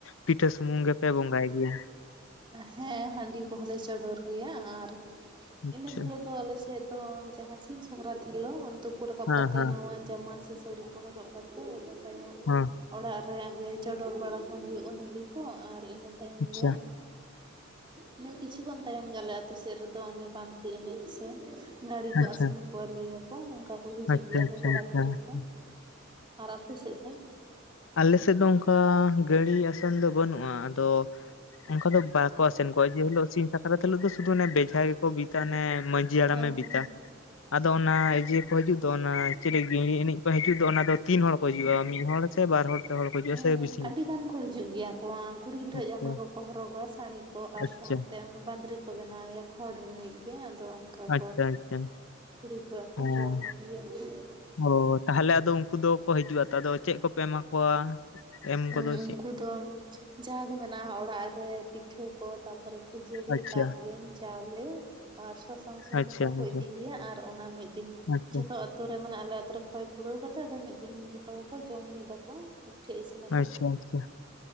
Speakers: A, on the left (about 75°); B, on the right (about 25°).
A: ᱯᱤᱴᱷᱟᱹ ᱥᱩᱢᱩᱝ ᱜᱮᱯᱮ ᱵᱚᱸᱜᱟᱭ ᱜᱮᱭᱟ
B: ᱦᱮᱸ ᱦᱟᱺᱰᱤ ᱠᱚᱦᱚᱸ ᱞᱮ ᱪᱚᱰᱚᱨ ᱜᱮᱭᱟ ᱟᱨ
A: ᱟᱪᱪᱷᱟ
B: ᱤᱱᱟᱹ ᱦᱤᱞᱳᱜ ᱫᱚ ᱟᱞᱮ ᱥᱮᱫ ᱫᱚ ᱡᱟᱦᱟᱸ ᱥᱤᱧ ᱥᱟᱠᱨᱟᱛ ᱦᱤᱞᱚᱜ ᱛᱩᱯᱩ ᱨᱟᱠᱟᱵ
A: ᱦᱮᱸ
B: ᱠᱟᱛᱮ
A: ᱦᱮᱸ
B: ᱱᱟᱣᱟ ᱡᱟᱢᱟ ᱥᱮ ᱥᱟᱹᱲᱤ ᱠᱚ ᱦᱚᱨᱚᱜ ᱦᱚᱨᱚᱜ ᱠᱟᱛᱮᱫ ᱤᱱᱟᱹ ᱛᱟᱭᱚᱢ
A: ᱦᱮᱸ
B: ᱚᱲᱟᱜ ᱨᱮ ᱟᱜᱮ ᱪᱚᱰᱚᱨ ᱵᱟᱲᱟ ᱦᱚᱸ ᱦᱩᱭᱩᱜᱼᱟ ᱦᱟᱺᱰᱤ ᱠᱚ ᱟᱨ ᱤᱱᱟᱹ ᱛᱟᱭᱚᱢ
A: ᱟᱪᱪᱷᱟ
B: ᱜᱮ ᱤᱱᱟᱹ ᱠᱤᱪᱷᱩ ᱜᱟᱱ ᱛᱟᱭᱚᱢ ᱜᱮ ᱟᱞᱮ ᱟᱹᱛᱩ ᱥᱮᱫ ᱨᱮᱫᱚ ᱚᱱᱮ ᱵᱟᱸᱫᱽᱨᱤ ᱮᱱᱮᱡ ᱥᱮ ᱜᱟᱺᱲᱤ ᱠᱚ
A: ᱟᱪᱪᱷᱟ
B: ᱟᱥᱮᱱ ᱠᱚᱣᱟ ᱞᱟᱹᱭᱟᱠᱚ ᱚᱱᱠᱟ ᱠᱚ ᱦᱤᱡᱩᱜ
A: ᱟᱪᱪᱷᱟ
B: ᱜᱮᱭᱟ
A: ᱟᱪᱪᱷᱟ
B: ᱠᱚ ᱠᱚᱲᱟ ᱜᱤᱫᱽᱨᱟᱹ
A: ᱟᱪᱪᱷᱟ
B: ᱠᱚ ᱟᱨ ᱟᱯᱮ ᱥᱮᱫ ᱫᱚ
A: ᱟᱞᱮᱥᱮᱡ ᱫᱚ ᱚᱱᱠᱟ ᱜᱟᱹᱲᱤ ᱟᱥᱮᱱ ᱫᱚ ᱵᱟᱹᱱᱩᱜᱼᱟ ᱟᱫᱚ ᱚᱱᱠᱟ ᱫᱚ ᱵᱟᱠᱚ ᱟᱥᱮᱱ ᱠᱚᱣᱟ ᱡᱮ ᱦᱤᱞᱳᱜ ᱥᱤᱧ ᱥᱟᱠᱨᱟᱛ ᱦᱤᱞᱳᱜ ᱫᱚ ᱥᱩᱫᱩ ᱵᱮᱡᱷᱟ ᱜᱮᱠᱚ ᱵᱤᱫᱟ ᱚᱱᱮ ᱢᱟ ᱡᱷᱤ ᱦᱟᱲᱟᱢᱮ
B: ᱦᱮᱸ
A: ᱵᱤᱫᱟ
B: ᱦᱮᱸ
A: ᱟᱫᱚ ᱚᱱᱟ ᱤᱭᱟᱹ ᱠᱚ ᱦᱟᱡᱩᱜ ᱫᱚ ᱚᱱᱟ ᱪᱤᱞᱤ ᱜᱤᱲᱤ ᱮᱱᱮᱡ ᱠᱚ ᱦᱟᱡᱩᱜ ᱫᱚ ᱚᱱᱟ ᱫᱚ ᱛᱤᱱ ᱦᱚᱲ ᱠᱚ
B: ᱦᱮᱸ
A: ᱦᱤᱡᱩᱜᱼᱟ
B: ᱦᱮᱸ
A: ᱢᱤᱫ ᱦᱚᱲ ᱥᱮ ᱵᱟᱨ ᱦᱚᱲ ᱯᱮ ᱦᱚᱲ ᱠᱚ ᱦᱤᱡᱩᱜᱼᱟ
B: ᱦᱮᱸ
A: ᱥᱮ ᱵᱤᱥᱤ
B: ᱟᱹᱰᱤ ᱜᱟᱱ ᱠᱚ ᱦᱤᱡᱩᱜ ᱜᱮᱭᱟ ᱠᱚᱣᱟ ᱠᱩᱲᱤ ᱜᱤᱫᱽᱨᱟᱹ
A: ᱟᱪᱪᱷᱟ
B: ᱡᱟᱢᱟ ᱠᱚᱠᱚ ᱦᱚᱨᱚᱜᱟ ᱥᱟᱹᱲᱤ ᱠᱚ ᱟᱨ
A: ᱟᱪᱪᱷᱟ
B: ᱛᱮ ᱚᱱᱮ ᱵᱟᱸᱫᱽᱨᱤ ᱠᱚ ᱵᱮᱱᱟᱣ ᱮᱭᱟ ᱠᱷᱚᱲ ᱨᱤᱱᱤᱡ ᱜᱮ ᱟᱫᱚ
A: ᱟᱪᱪᱷᱟ
B: ᱠᱚ
A: ᱟᱪᱪᱷᱟ
B: ᱠᱩᱲᱤ ᱜᱤᱫᱽᱨᱟᱹ
A: ᱦᱮᱸ
B: ᱠᱚ ᱦᱚᱨᱚᱜ ᱟᱜᱩᱭᱟ ᱠᱩ
A: ᱚ ᱛᱟᱦᱚᱞᱮ ᱟᱫᱚ ᱩᱱᱠᱩ ᱫᱚᱠᱚ ᱦᱤᱡᱩᱜᱼᱟ ᱟᱫᱚ ᱪᱮᱫ ᱠᱚᱯᱮ ᱮᱢᱟ ᱠᱚᱣᱟ ᱮᱢ ᱠᱚᱫᱚ
B: ᱩᱸᱻ ᱩᱱᱠᱩ
A: ᱪᱮᱫ
B: ᱫᱚ ᱡᱟᱜᱮ ᱢᱮᱱᱟᱜᱼᱟ ᱚᱲᱟᱜ ᱨᱮ ᱯᱤᱴᱷᱟᱹ ᱠᱚ ᱛᱟᱯᱚᱨᱮ ᱠᱷᱟᱹᱡᱟᱹᱲᱤ
A: ᱟᱪᱪᱷᱟ
B: ᱛᱟᱵᱮᱱ ᱪᱟᱣᱞᱮ ᱟᱨ ᱥᱟᱥᱟᱝ ᱥᱩᱱᱩᱢ
A: ᱟᱪᱪᱷᱟ
B: ᱠᱚᱦᱚᱸ
A: ᱟᱪᱪᱷᱟ
B: ᱠᱚ ᱤᱫᱤ ᱜᱮᱭᱟ ᱟᱨ ᱚᱱᱟ ᱢᱤᱫ ᱫᱤᱱ
A: ᱟᱪᱪᱷᱟ
B: ᱡᱷᱚᱛᱚ ᱟᱛᱳ ᱨᱮ ᱢᱟᱱᱮ ᱟᱞᱮ ᱟᱛᱳ ᱨᱮ ᱠᱷᱚᱭ ᱯᱩᱨᱟᱹᱣ ᱠᱟᱛᱮ ᱟᱫᱚ ᱢᱤᱫ ᱫᱤᱱ ᱡᱚᱛᱚ ᱦᱚᱲ ᱠᱚ ᱡᱚᱢ ᱢᱤᱫᱟ ᱠᱚ ᱢᱤᱴᱷᱮᱱ ᱤᱥᱤᱱ
A: ᱟᱪᱪᱷᱟ ᱟᱪᱪᱷᱟ,